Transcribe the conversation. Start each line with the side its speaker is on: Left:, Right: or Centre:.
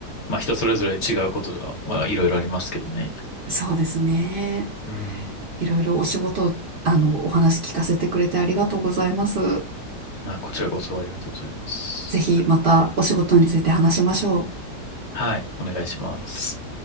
Left: まあ人それぞれ違うことが、まあいろいろありますけどね。
Right: そうですね。
Left: うん。
Right: いろいろお仕事、あの、お話聞かせてくれてありがとうございます。
Left: まあこちらこそありがとうございます。
Right: ぜひまたお仕事について話しましょう。
Left: はい、お願いします。